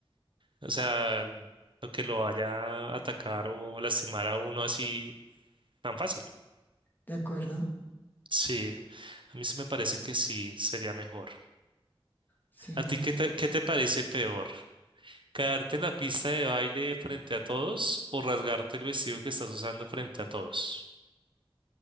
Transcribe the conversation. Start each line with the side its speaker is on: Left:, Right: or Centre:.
Right: o sea, lo que lo vaya a atacar o lastimar a uno así tan fácil.
Left: ¿De acuerdo?
Right: Sí, a mí sí me parece que sí sería mejor.
Left: Sí.
Right: ¿A ti qué te, qué te parece peor? ¿Caerte en la pista de baile frente a todos o rasgarte el vestido que estás usando frente a todos?